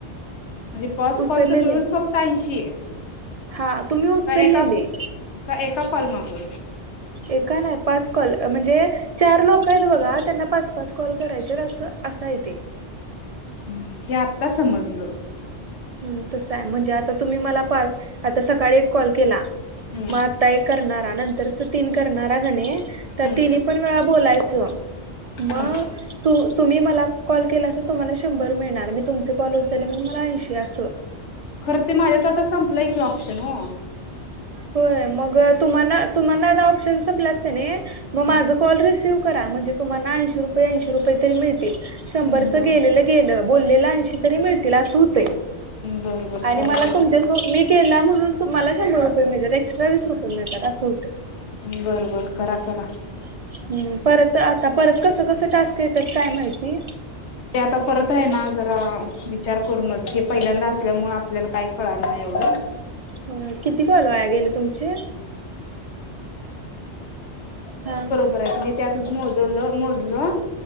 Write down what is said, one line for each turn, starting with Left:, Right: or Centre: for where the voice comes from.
Left: म्हणजे पॉच
Right: उचललेले
Left: कॉलच मिळून फक्त ऐंशी
Right: हा तुम्ही उचललेले
Left: का एका. का एका कॉल मागं,
Right: एका नाही पाच कॉल म्हणजे चार लोकयत बघा. त्यांना पाच- पाच कॉल करायचेत. असं, असा हाय ते.
Left: हम्. हे आत्ता समजलं.
Right: ह तसाय. म्हणजे आता तुम्ही मला पा, आता सकाळी एक कॉल केला.
Left: हम्म
Right: मग आता एक करणारा. नंतरच तीन करणारा कनाई, तर
Left: हम्म
Right: तिनी पण वेळा बोलायचं. मग
Left: हम्म
Right: तु तुम्ही मला कॉल केला अस तर तुम्हाला शंभर मिळणार. मी तुमचे कॉल उचलले म्हणून मला ऐंशी, अस. सं.
Left: खरं ते माझ्यात आता संपलंय की, ऑप्शन ओ.
Right: होय. मग अ तुम्हाना- तुम्हाना आता ऑप्शन सपल्यात का नाही, मग
Left: हा.
Right: माझं कॉल रिसीव्ह करा. म्हणजे तुम्हाना, ऐंशी रुपये- ऐंशी रुपये तरी मिळतील. शंभरचं
Left: हम्म बर
Right: गेलेलं गेलं. बोललेलं ऐंशी तरी मिळतील. असं होतय.
Left: बर बर
Right: आणि
Left: चालतंय.
Right: मला तुमच्या सो मी केला म्हणून तुम्हाला शंभर रुपये मिळतात. एक्स्ट्रा वीस रुपये मिळतात, असं होतय.
Left: बर- बर. करा- करा.
Right: हम्म. परत आता, परत कसं- कसं टास्क येतात, काय माहिती.
Left: ते आता परत होय ना. जरा विचार करूनच. हे पहिल्यांदा असल्यामुळं, आपल्याला काय कळाना एवढं.
Right: होय. किती कॉल वाया गेले तुमचे? हा.
Left: बरय. मे च्या आतलं मोजवलं, मोजलं.